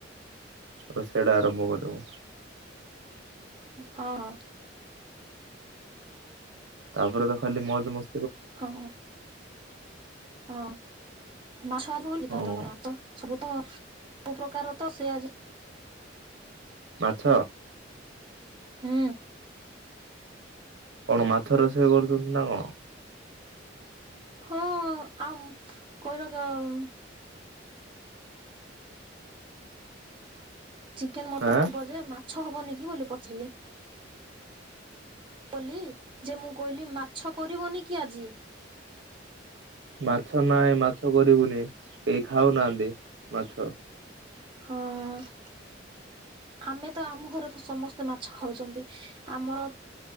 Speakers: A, on the right; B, on the right.
A: ରୋଷେଇ ଟା ଆରମ୍ଭ କରିବୁ।
B: ହଁ।
A: ତାପରେ ତ ଖାଲି ମଜ୍‌ ମ
B: ହଁ ହଁ ମାଛ ଭାତ ହୁଏ କି
A: ହଁ
B: ତମର ମାଚ? ସବୁ ତ ସବୁ ପ୍ରକାର ତ ସେ ଆଜି
A: ମାଛ?
B: ହୁଁ।
A: କଣ ମାଛ ରୋଷେଇ କରୁଛନ୍ତି ନା କଣ?
B: ହଁ ଆମ୍ କର କମ୍ ଚିକେନ୍‌ ମଟନ
A: ଆଁ
B: ହବ ଯେ ମାଛ ହବନି କି ବୋଲି ପଚାରିଲି। କଲି ଯେ ମୁଁ କହିଲି ମାଛ କରିବନି କି ଆଜି?
A: ମାଛ ନାଇଁ ମାଛ କରିବୁନି କେହି ଖାଉନାହାନ୍ତି ମାଛ।
B: ହଁ। ଆମେ ତ ଆମ ଘରେ ତ ସମସ୍ତେ ମାଛ ଖାଉଛନ୍ତି ଆମର